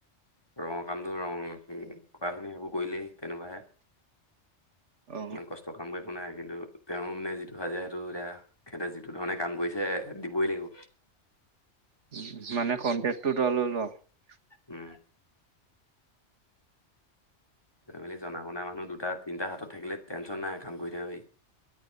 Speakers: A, on the left; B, on the right.
A: ৰঙৰ কামটো ৰং কৰা খিনি সেইবোৰ কৰিলেই তেনেকুৱাহে
B: <unintelligible> অ
A: ইমান কষ্ট কাম কৰিব নাই কিন্তু তেওঁ মানে যিটো সাজে সেইটো এতিয়া তেখেতে যিটো ধৰণে কাম কৰিছে দিবই লাগিব
B: উ মানে কন্টেকটো তই লৈ লওঁ আৰু
A: উম মেলি জনা শুনা মানুহ দুটা তিনিটা হাতত থাকিলে টেনশ্যন নাই কাম কৰি থাকিব পাৰি